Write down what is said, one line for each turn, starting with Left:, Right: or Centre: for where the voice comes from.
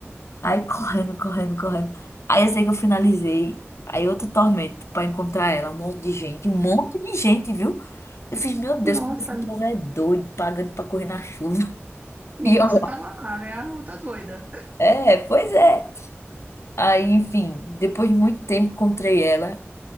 Left: Aí correndo, correndo, correndo. Aí eu sei que eu finalizei. Aí outro tormento pra encontrar ela. Um monte de gente, um monte de gente, viu? Eu fiz, meu Deus,
Right: Nossa,
Left: como esse povo é doido, pagando pra correr na chuva. <laughs>
Right: e
Left: E
Right: você
Left: eu,
Right: tava lá, né? Ou tá doida?
Left: é, pois é. Aí, enfim, depois de muito tempo encontrei ela.